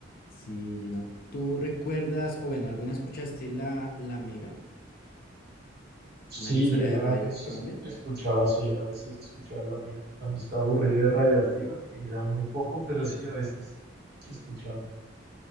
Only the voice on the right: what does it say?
Sí,
yo alguna
vez
es- escuchaba así, a veces escuchaba a la amiga cuando estaba aburrida de Radioactiva, que era muy poco, pero sí a veces escuchaba.